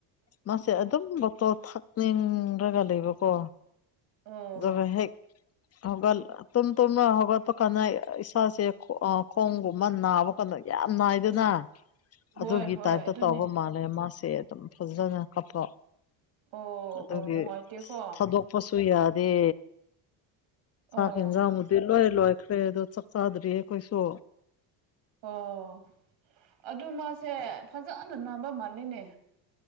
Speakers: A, on the left; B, on the right.
A: ꯃꯥꯁꯦ ꯑꯗꯨꯝ ꯕꯣꯇꯜ ꯊꯛꯅꯤꯡꯔꯒ ꯂꯩꯕꯀꯣ
B: ꯑꯣ
A: ꯑꯗꯨꯕꯨ ꯍꯦꯛ ꯍꯧꯒꯠ ꯇꯨꯝ ꯇꯨꯝꯔꯒ ꯍꯧꯒꯠꯄꯀꯥꯟꯗ ꯏꯁꯥꯁꯦ ꯈꯣꯡ ꯒꯨꯝꯕ ꯅꯥꯕ ꯀꯥꯟꯗ ꯌꯥꯝ ꯅꯥꯏꯗꯅ
B: ꯍꯣꯏ
A: ꯑꯗꯨꯒꯤ
B: ꯍꯣꯏ
A: ꯇꯥꯏꯞꯇ
B: ꯑꯗꯨꯅꯦ
A: ꯇꯧꯕ ꯃꯥꯜꯂꯦ ꯃꯥꯁꯦ ꯑꯗꯨꯝ ꯐꯖꯅ ꯀꯞꯄ
B: ꯑꯣ
A: ꯑꯗꯨꯒꯤ
B: ꯑꯣ ꯅꯨꯡꯉꯥꯏꯇꯦꯀꯣ
A: ꯑꯁ ꯊꯥꯗꯣꯛꯄꯁꯨ ꯌꯥ ꯑꯦ
B: ꯑꯣ
A: ꯆꯥꯛ ꯑꯦꯟꯖꯥꯡꯕꯨꯗꯤ ꯂꯣꯏꯅ ꯂꯣꯏꯈꯔꯦ ꯔꯣꯏꯗ ꯆꯥꯛ ꯆꯥꯗ꯭ꯔꯤ ꯑꯩꯈꯣꯏꯁꯨ
B: ꯑꯣ ꯑꯗꯨ ꯃꯥꯁꯦ ꯐꯖꯅ ꯅꯥꯕ ꯃꯥꯜꯂꯤꯅꯦ